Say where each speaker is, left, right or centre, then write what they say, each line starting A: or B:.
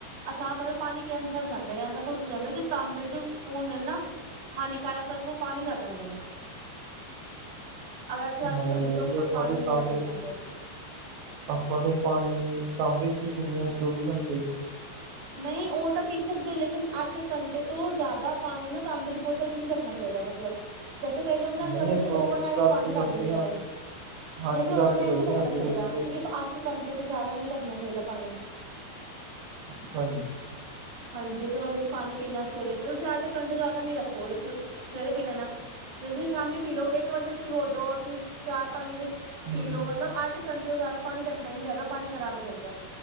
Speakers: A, on the right; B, on the right.
A: ਅਸਾਂ ਪਹਿਲ ਪਾਣੀ ਕੈਂਸਰ ਜਾਂਦਾ ਹੈ ਐਸਾ ਕੁਛ ਹੋ ਜਾਂਦਾ ਜੋ ਤਾਂਬੇ ਦੇ ਜੋ ਹੁੰਦੇ ਨੇ ਨਾ ਹਾਨੀਕਾਰਕ ਤੱਤਵ ਉਹ ਪਾਣੀ ਜਾ ਆ ਜਾਂਦੇ ਨੇ ਅਗਰ ਅਸੀਂ ਅੱਠ
B: ਨਹੀਂ-ਨਹੀਂ
A: ਘੰਟੇ ਤੋਂ
B: ਜੀ
A: ਉੱਪਰ
B: ਆਪਾਂ
A: ਪਾਣੀ
B: ਤੇ ਤਾਂਬੇ
A: ਰੱਖਣੇ ਆ ਤੇ
B: ਆਪਾਂ ਤੇ ਪਾਣੀ ਤਾਂਬੇ ਚ ਹੀ ਪੀਦੇ ਹਾਂ ਚੌਵੀ ਘੰਟੇ ਹੀ
A: ਨਹੀਂ ਉਹ ਤਾਂ ਪੀ ਸਕਦੇ ਹੋ ਲੇਕਿਨ ਅੱਠ ਘੰਟੇ ਤੋਂ ਜ਼ਿਆਦਾ ਪਾਣੀ ਨਾ ਤਾਂਬੇ ਦੀ ਬੋਤਲ ਚ ਨਹੀਂ ਰੱਖਣਾ ਚਾਹੀਦਾ ਮਤਲਬ ਮਤਲਬ ਜੈਸੇ ਕਈ ਲੋਕ ਨਾ ਐਸਾ
B: ਨਹੀਂ
A: ਕਰਦੇ
B: ਆਪਾਂ
A: ਕਿ ਓਵਰਨਾਈਟ
B: ਰਾਤੀ
A: ਪਾਣੀ ਰੱਖ
B: ਰੱਖਦੇ
A: ਦਿੰਦੇ
B: ਆ
A: ਨੇ,
B: ਹਾਂਜੀ
A: ਨਹੀਂ ਤੇ ਓਵਰਨਾਈਟ
B: ਰਾਤੀ ਰੱਖਦੇ
A: ਨਹੀਂ ਰੱਖਣਾ
B: ਆ ਸਵੇਰੇ
A: ਚਾਹੀਦਾ
B: ਪੀ ਲੈਂਨੇ
A: ਸਿਰਫ
B: ਆ।
A: ਅੱਠ ਘੰਟੇ ਤੋਂ ਜ਼ਿਆਦਾ ਨਹੀਂ ਰੱਖਣਾ ਚਾਹੀਦਾ ਪਾਣੀ
B: ਅੱਛਾ ਜੀ
A: ਹਾਂਜੀ ਇਸ ਅਗਰ ਤੁਸੀਂ ਪਾਣੀ ਪੀਣਾ ਸਵੇਰੇ ਤੇ ਤੁਸੀਂ ਅੱਠ ਘੰਟੇ ਜ਼ਿਆਦਾ ਨੀ ਰੱਖੋ ਇਸ ਸਵੇਰੇ ਪੀਣਾ ਨਾ ਜਸੇ ਤੁਸੀਂ ਸ਼ਾਮੀ ਪੀ ਲਓ ਇੱਕ ਵਜੇ ਭਿਗੋ ਦੋ ਔਰ ਤੁਸੀਂ ਚਾਰ ਪੰਜ ਵਜੇ
B: ਹੂੰ
A: ਪੀ ਲਓ ਮਤਲਬ ਅੱਠ ਘੰਟੇ ਤੋਂ ਜ਼ਿਆਦਾ ਪਾਣੀ ਰੱਖਣਾ ਹੀ ਨਹੀਂ ਚਾਹੀਦਾ ਪਾਣੀ ਖ਼ਰਾਬ ਹੋ ਜਾਂਦਾ